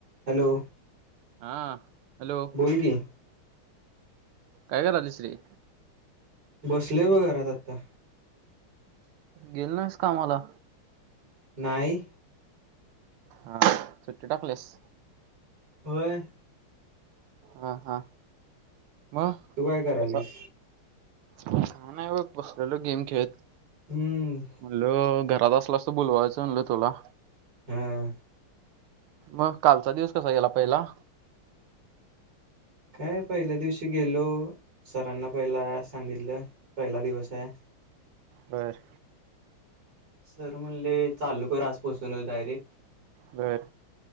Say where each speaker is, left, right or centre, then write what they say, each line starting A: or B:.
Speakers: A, on the right; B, on the right.
A: Hello
B: हा hello
A: बोल की
B: काय करा लिसरे
A: बसले व घरात आत्ता
B: गेल नास कामाला
A: नाहीय
B: हा सु्टी टाकलेस
A: होय
B: हा हा म
A: तू काय करायलीस
B: कस काय नाय बघ बसलेलो गेम खेळत.
A: हम्म
B: म्हणल घरात असला असं बोलवायचं म्हणल तुला
A: हम्
B: मग कालचा दिवस कसा गेला पहिला
A: काय पहिल्या दिवशी गेलो सरांना पहिला सांगितलं पहिला दिवस आहे
B: बर
A: सर म्हणले चालू कर आजपासूनच डायरेक्ट
B: बर